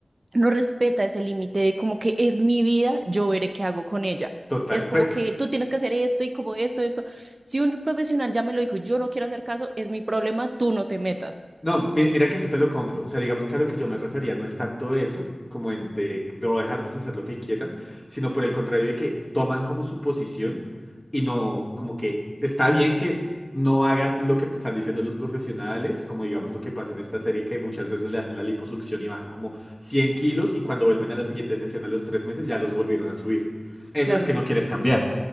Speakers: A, on the right; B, on the left.
A: no respeta ese límite de como que es mi vida, yo veré qué hago con ella.
B: total.
A: Es como
B: Pues,
A: que tú tienes que hacer esto y como esto, esto. Si un profesional ya me lo dijo, yo no quiero hacer caso, es mi problema, tú no te metas.
B: No, mi- mira, que eso te lo compro. O sea, digamos que a lo que yo me refería no es tanto eso, como en de no dejarles hacer lo que quieran, sino por el contrario de que toman como su posición y no, como que está bien que no hagas lo que te están diciendo los profesionales, como digamos lo que pasa en esta serie que muchas veces le hacen la liposucción y bajan como 100 kilos y cuando vuelven a la siguiente sesión a los tres meses ya los volvieron a subir. Eso
A: Claro.
B: es que no quieres cambiar.